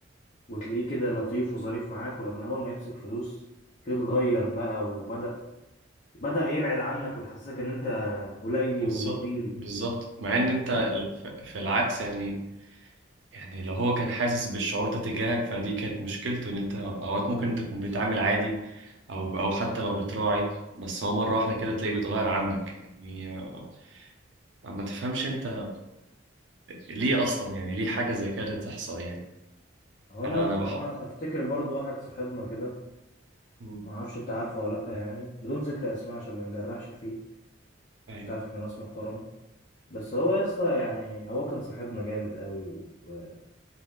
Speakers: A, on the left (about 40°); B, on the right (about 70°).
A: وتلاقيه كده لطيف وظريف معاك ولما اول ما يمسك فلوس تلاقيه اتغير بقى وبدأ بدأ يبعد عنك ويحسسك ان انت قليل
B: بالظبط
A: وضئيل
B: بالظبط مع ان انت الف... في العكس يعني يعني لو هو كان حاسس بالشعور ده تجاهك فدي كانت مشكلته ان انت اوقات ممكن تكون بتعامل عادي او او حتى لو بتراعي بس هو مره واحده كده تلاقيه بيتغير عنك يعني آه، ما تفهمش انت ليه اصلا يعني ليه حاجه زي كده تحصل يعني
A: هو
B: انا
A: انا
B: انا
A: هو
B: بحب
A: انا افتكر برضو واحد صاحبنا كده
B: مم.
A: ما اعرفش انت عارفه ولا لا يعني بدون ذكر اسماء عشان ما نجرحش فيه
B: ايوه
A: مش تعرف احنا ناس محترمه بس هو يا اسطى يعني هو كان صاحبنا جامد قوي وكان